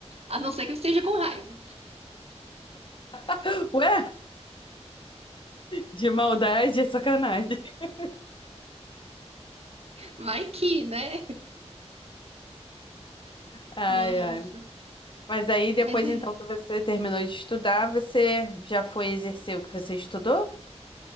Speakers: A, on the right; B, on the left.
A: A não ser que eu esteja com raiva.
B: <laughs> Ué, de maldade, é sacanagem. <laughs>
A: Vai que, né?
B: Ai,
A: Nossa.
B: ai. Mas aí depois
A: Mas aí,
B: então que você terminou de estudar, você já foi exercer o que você estudou?